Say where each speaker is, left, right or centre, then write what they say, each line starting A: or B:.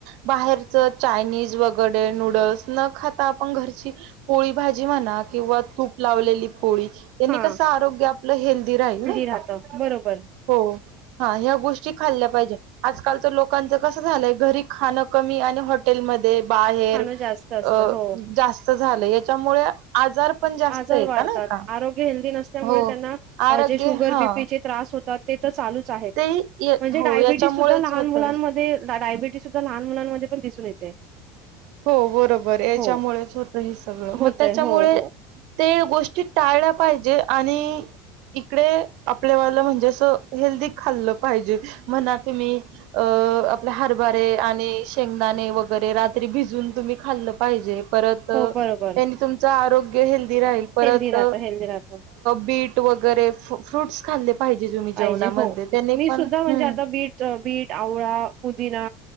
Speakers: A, on the right; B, on the right.
A: बाहेरच चायनीज वगैर ते नूडल्स न खाता आपण घरची पोळी भाजी म्हणा किंवा तूप लावलेली पोळी यांनी
B: हां
A: कस आरोग्य आपलं हेल्दी राहील नाही
B: राहतं
A: का
B: बरोबर
A: हो हा गोष्टी खाल्ल्या पाहिजे आज काल लोकांच कस झालंय घरी खाण कमी आणि हॉटेल मध्ये बाहेर
B: खाणं जास्त असतं
A: अ
B: हो
A: जास्त झालं याच्यामुळे आजार पण जास्त
B: आजार
A: येत
B: वाढतात
A: नाही का
B: आरोग्य हेल्दी नसल्यामुळे
A: हो
B: त्यांना
A: आरोग्य
B: जे शुगर
A: हा
B: बीपीचे त्रास हो तर ते तर चालूच चाहेत
A: ते
B: म्हणजे
A: हो
B: डायबिटीझ
A: याच्यामुळेच
B: सुद्धा लहान
A: होत
B: मुला मध्ये डायबेट सुद्धा लहान मुलांमध्ये पण दिसून येते
A: हो बरोबर याच्यामुळेच
B: हो
A: होतं हे सगळं
B: होतय
A: मग त्याच्यामुळे
B: हो हो
A: ते गोष्टी टाळल्या पाहिजे. आणि इकडे आपल्या ला म्हणजे असं हेल्दी खाल्लं पाहिजे. म्हणा की म्ही अ आपल्या हरभारे आणि शेंगदाणे वगैरे तरी भिजून तुम्ही खाल्लं पाहिजे. परत
B: हो बरोबर
A: त्यांनी तुमच आरोग्य गेहेल परत
B: हेल्दी राहतं हेल्दी राहतं
A: बीट वगैरे फ्रूटस खाल्ले पाहिजे तुम्ही
B: पाहिजे
A: जेवणामध्ये
B: हो
A: त्यांनी
B: मी
A: पण
B: सुद्धा म्हणजे
A: हम्म
B: आता बीट-बीट, आवळा, पुदिना